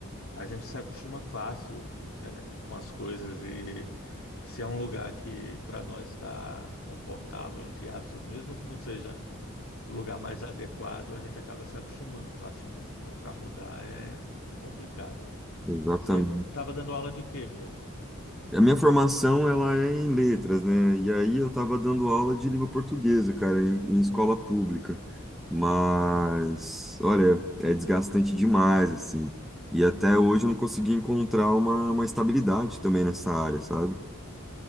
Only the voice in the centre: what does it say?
Exatamente.
A minha formação, ela é em letras, né? E aí eu tava dando aula de língua portuguesa, cara, em, em escola pública. Mas, olha, é desgastante demais, assim. E até hoje eu não consegui encontrar uma, uma estabilidade também nessa área, sabe?